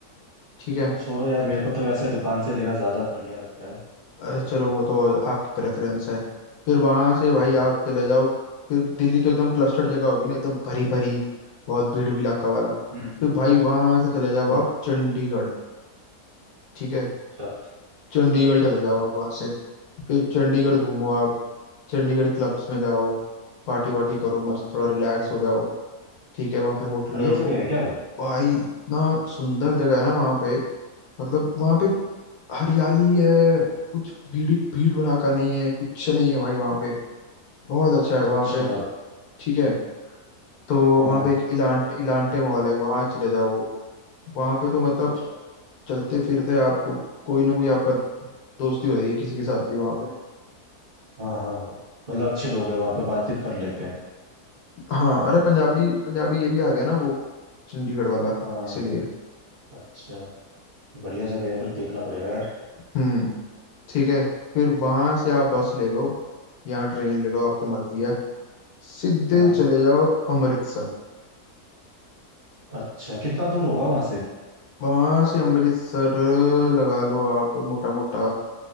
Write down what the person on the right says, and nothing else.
चलो छोड़ो यार मेरे को तो वैसे दुकान से लेना ज्यादा बढ़िया लगता है
हाँ
हम्म हम्म,
वो
अच्छा
हाँ,
बढ़िया
जगह है क्या वो
अच्छा
हाँ
अच्छा
हाँ हाँ हाँ मतलब अच्छे लोग हैं वहाँ पे बातचीत कर लेते हैं
हाँ
अच्छा बढ़िया जगह है फिर देखना पड़ेगा यार
हाँ
अच्छा कितना दूर होगा वहां से